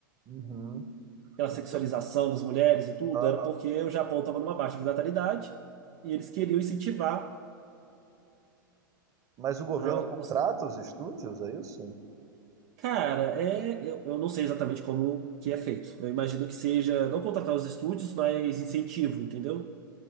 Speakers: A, on the right; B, on the right.
A: Uhum.
B: aquela
A: Então,
B: sexualização das mulheres e tudo,
A: aham.
B: era porque o Japão estava numa baixa de natalidade e eles queriam incentivar
A: Mas o governo
B: Ah, os-
A: contrata os estúdios, é isso?
B: Cara, é, eu, eu não sei exatamente como que é feito. Eu imagino que seja não contratar os estúdios, mas incentivo, entendeu?